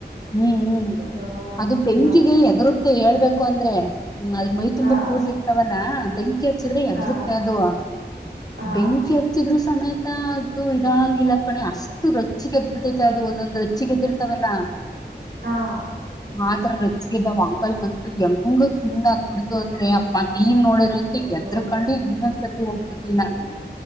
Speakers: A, on the left; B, on the right.
A: ಹ್ಮ್ ಹ್ಮ್
B: ಅಯ್ಯೋ
A: ಅದು
B: ಶಿವ
A: ಬೆಂಕಿಗೆ ಹೇದರು ಮತ್ತೆ ಹೇಳ್ಬೇಕು ಅಂದ್ರೆ ಹ್ಮ್ ಅದ್ರ ಮೈ
B: ಹಾ
A: ತುಂಬಾ ಕುದಲ ಇರ್ತವಲ್ಲಾ <unintelligible> ಬೆಂಕಿ ಹಚ್ಚಿದ್ರೆ ಹೆದರುತೇ
B: ಹಾ
A: ಅದು
B: ಹಾ
A: ಬೆಂಕಿ ಹಚ್ಚಿದರು ಆದ್ರು ಸಮೇತ ಅದು ಇದಾಂಗಂಗಿಲ್ಲ ಕಣೆ ಅಷ್ಟು ರೊಚ್ಚ ಗೆದ್ಬಿಟ್ಟೈತೆ ಅದು ಒಂದೊಂದು ರೊಚ್ಚಿ ಏದ್ದಿರ್ತಾವಲ್ಲ
B: ಹಾ
A: ಆತರ ರೊಚ್ಚಿಗ ಏದಾವ ಅಂಗಲ್ಗ ಅಂತು ಹೆಂಗು ತಿಂದಾಕ್ ಬಿಡ್ತು ಅದ್ರೆ ಅಪ್ಪ. ನೀನ್ ನೋಡಿರಂತು
B: ಅಯ್ಯೋ
A: ಹೆದರಕೊಂಡು ಇನ್ನೊಂದಸರ್ತಿ ಹೋಗ್ <unintelligible>